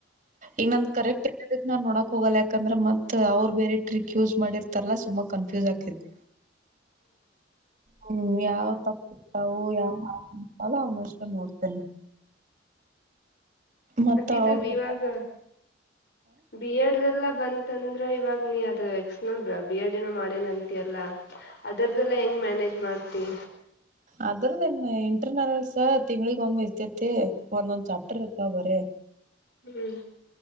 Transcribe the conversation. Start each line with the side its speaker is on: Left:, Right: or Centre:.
Right: ಈಗ ನ ಕರೆಕ್ಟ್ ನಾನ್ ನೋಡಕ್ೋಗಲ್ಲ ಯಾಕಂದ್ರೆ ಮತ್ ಅವರು ಬೇರೆ ಟ್ರಿಕ್ ಯೂಸ್ ಮಾಡರ್ತಾರಲ್ಲಾ ಸುಂಬ ಕನ್ಫ್ಯೂಸ್ ಆಾಕಿತಿ ಹ್ಮ್ ಯಾವ ತಪ್ಪತವು ಯಾವ ಅಲ್ಲ ಅವನ ಅಷ್ಟ ನೋಡ್ತೇನೆ ಮತ್ತ
Left: ಇದು
Right: ಅವ್ರ
Left: ಇವಾಗ
Right: ಮ
Left: ಬಿ ಎಡ್್ದಲ್ಲ ಬಂತ ಂದ್ರ ಇವಾಗ ನೀ ಅದು ಎಕ್ಸ್ ನಲ್ ಬಿ ಎಡ್ ನ ಮಾಡೇನ್ ಅಂತಿಯಲ್ಲ ಅದ್ರದ್ದೆಲ್ಲಾ ಹೆಂಗ್ ಮ್ಯಾನೇಜ್ ಮಾಡ್ತಿ
Right: ಅದ್ರ್ದನ್ ಇಂಟರ್ನಲ್ಸ ತಿಂಗಳಿಗ್ ಒಮ್ಮ್ ಇರ್ತೇತಿ ಒಂದೊಂದ್ ಚಾಪ್ಟರ್ ಇರ್ತವ ಬರ
Left: ಹ್ಮ್